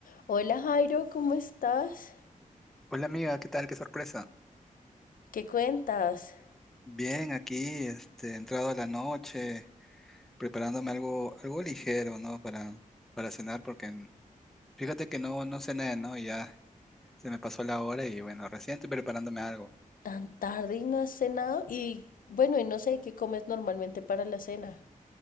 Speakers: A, on the left; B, in the centre.
A: Hola Jairo, ¿cómo estás?
B: Hola amiga, ¿qué tal? Qué sorpresa.
A: ¿Qué cuentas?
B: Bien, aquí, este, entrado a la noche, preparándome algo, algo ligero, ¿no? Para, para cenar, porque en- fíjate que no, no cené, ¿no? Y ya se me pasó la hora y bueno, recién estoy preparándome algo.
A: Tan tarde y no has cenado. Y bueno, y no sé qué comes normalmente para la cena.